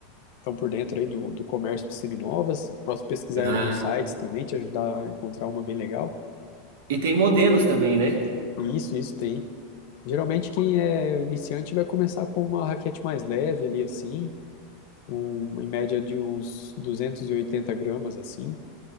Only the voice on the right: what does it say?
Ah,
e tem modelos também, né?